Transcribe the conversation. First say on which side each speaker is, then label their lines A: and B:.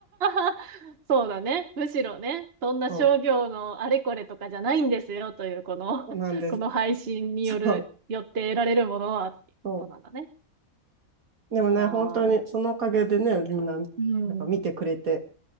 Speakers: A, on the right; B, on the right.
A: ははそうだね。むしろね、そんな商業のあれこれとかじゃないんですよという、
B: そ
A: この、
B: うなんです。
A: <laughs> この配信による、
B: そう
A: よって得られるものはっていうことなんだね。
B: そうでもね、
A: いやー、
B: 本当にそのおかげでね、みんな、なん
A: うん。
B: か見てくれて、